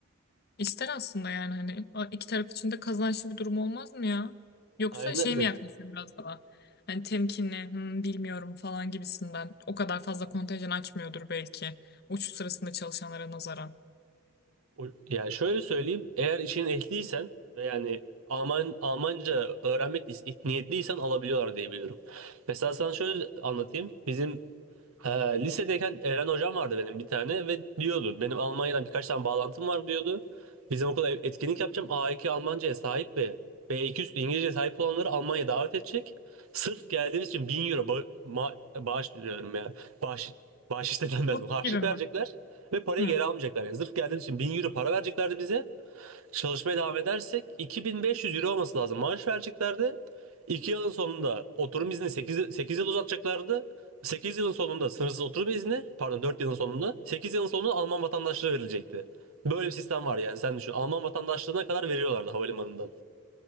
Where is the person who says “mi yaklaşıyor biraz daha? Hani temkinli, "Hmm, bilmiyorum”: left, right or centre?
Left